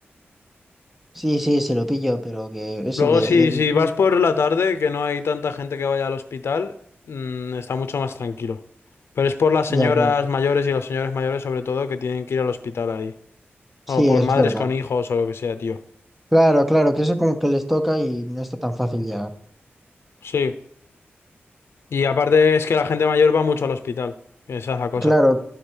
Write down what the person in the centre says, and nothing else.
Sí, sí, se lo pilló, pero que eso
que...
de-
Ya,
claro.
Sí,
es
verdad.
Claro, claro, que eso como que les toca y no está tan fácil llegar.
Claro,